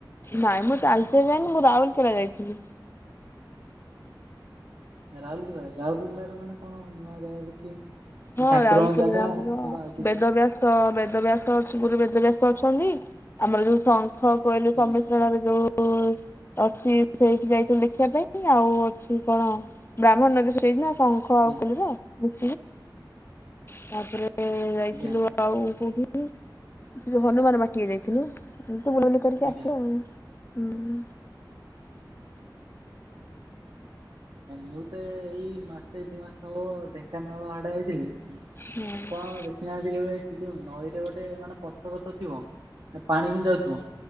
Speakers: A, on the left; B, on the right.
A: ନାଇଁ ମୁଁ ତାଲଚେଲ ଯାଇନି ମୁଁ ରାଉଲକେଲା ଯାଇଥିଲି।
B: ରାଉରକେଲାରେ ରାଉରକେଲାର ମାନେ କଣ ନୂଆ ଜାଗା କିଛି
A: ହଁ
B: ଠାକୁରଙ୍କ
A: ରାଉରକେଲା
B: ଜାଗା
A: ଆମର
B: କିମ୍ବା ଆଉ କିଛି
A: ବେଦବ୍ୟାସ। ତ ବେଦବ୍ୟାସ ଅଛି ଗୁରୁ ବେଦବ୍ୟାସ ଅଛନ୍ତି ଆମର ଯୋଉ ସ ହଁ କହିଲୁ
B: ଆଜ୍ଞା
A: ସମିଶ୍ରଣରେ ଯୋଉ ଓ ଅଛି ସେଇଠି ଯାଇଥିଲୁ ଦେଖିବା ପାଇଁ ଆଉ ଅଛି କଣ? ବ୍ରାହ୍ମଣ ନଦୀ ସ ଯାଇଛି ନା ଶଙ୍ଖ
B: ଆଜ୍ଞା
A: ଆଉ କୁଲିର ବୁ ତାପରେ ଏବେ ଯାଇଥିଲୁ।
B: ଆଜ୍ଞା
A: ଆଉ କୋଉଠଥିଲୁ ସେ ଯୋଉ ହନୁମାନ ବାଟିିକ ଯାଇଥିଲୁ <inaudible> କରିକି
B: ଆଜ୍ଞା।
A: ଆସିଥିବ ହୁଁ।
B: ମୁଁ ତେ ଏଇ ମାସେ ଦି ମାସ ହବ ଢେଙ୍କାନାଳ ଆଡ଼େ ହେଇଥିଲି।
A: ହୁଁ
B: ଆପଣ ଦେଖିନାହାନ୍ତି କେବେ ଯୋ ନଈରେ ଗୋଟେ ମାନେ ପତ ପତ ଥିବ। ପାଣି କେମିତି ଅଇଥିବ